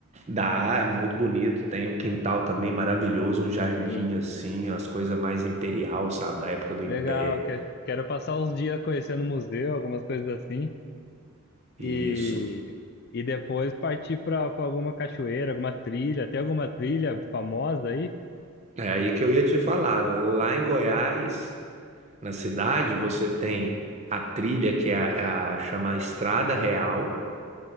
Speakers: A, on the right; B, on the left.
A: Dá, é muito bonito. Tem um quintal também maravilhoso, um jardim
B: Sim.
A: assim, as coisas mais imperial, sabe, da época do
B: Legal.
A: Império.
B: que- Quero passar uns dias conhecendo o museu, algumas coisas assim.
A: Isso.
B: E, e depois partir pra, pra alguma cachoeira, alguma trilha. Tem alguma trilha famosa aí?
A: É aí que eu ia te falar. Lá em Goiás, na cidade, você tem a trilha que é a, é a- chama Estrada Real,